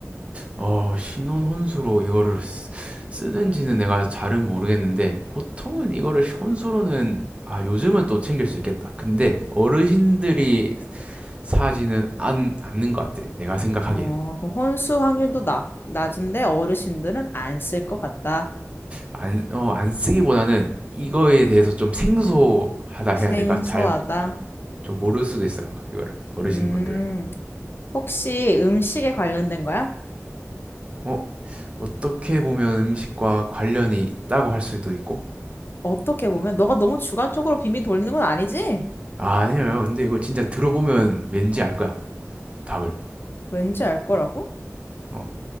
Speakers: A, on the right; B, on the left.
A: 어, 신혼 혼수로 이거를 쓰, 쓰는지는 내가 잘은 모르겠는데 보통은 이거를 혼수로는 아, 요즘은 또 챙길 수 있겠다. 근데 어르신들이 사지는 안, 않는 것 같아. 내가 생각하기엔.
B: 어, 그럼 혼수 확률도 낮, 낮은데 어르신들은 안 쓸 것 같다.
A: 안, 어, 안 쓰기보다는 이거에 대해서 좀 생소하다 해야
B: 생소하다.
A: 될까? 잘 좀 모를 수도 있어, 아마 이거를. 어르신분들은.
B: 음, 혹시 음식에 관련된 거야?
A: 어, 어떻게 보면 음식과 관련이 있다고 할 수도 있고.
B: 어떻게 보면 너가 너무 주관적으로 빙빙 돌리는 건 아니지?
A: 아, 아니에요. 근데 이거 진짜 들어보면 왠지 알 거야. 답을.
B: 왠지 알 거라고?
A: 어.